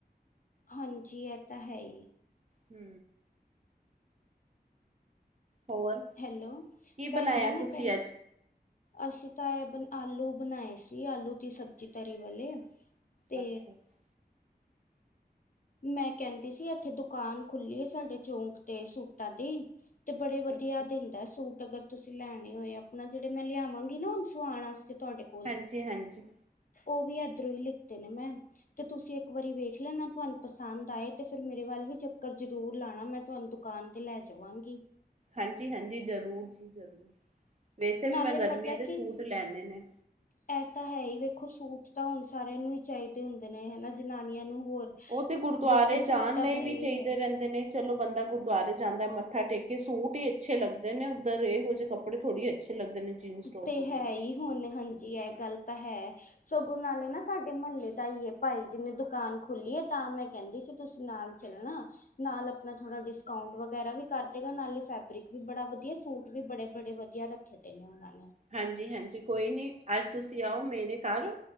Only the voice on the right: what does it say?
ਹੂੰ, ਹੋਰ,
ਕੀ
ਬਣਾਇਆਂ
ਤੁਸੀਂ
ਅੱਜ?
ਅੱਛਾ-ਅੱਛਾ,
ਅੱਛਾ
ਹਾਂਜੀ ਹਾਂਜੀ
ਹਾਂਜੀ ਹਾਂਜੀ ਜ਼ਰੂਰ ਜੀ ਜ਼ਰੂਰ। ਵੈਸੇ
ਵੀ ਮੈਂ ਗਰਮੀਆਂ
ਦੇ
ਸੂਟ ਲੈਂਨੇ ਨੇ।
ਔ ਤੇ ਗੁਰਦੁਆਰੇ
ਜਾਣ
ਲਈ
ਵੀ ਚਾਹੀਦੇ
ਰਹਿੰਦੇ ਨੇ, ਚਲੋ, ਬੰਦਾ ਗੁਰਦੁਆਰੇ ਜਾਂਦਾ ਮੱਥਾ ਟੇਕ ਕੇ ਸੂਟ ਹੀ ਅੱਛੇ ਲੱਗਦੇ ਨੇ ਉੱਧਰ ਇਹੋ ਜਹੇ ਕੱਪੜੇ ਥੋੜ੍ਹੀ ਅੱਛੇ ਲੱਗਦੇ। ਨੇ ਜੀਨਸ ਟੋਪ
ਵਗੈਰਾ
ਹਾਂਜੀ-ਹਾਂਜੀ ਕੋਈ ਨੀ ਅੱਜ ਤੁਸੀਂ ਆਓ ਮੇਰੇ ਘਰ,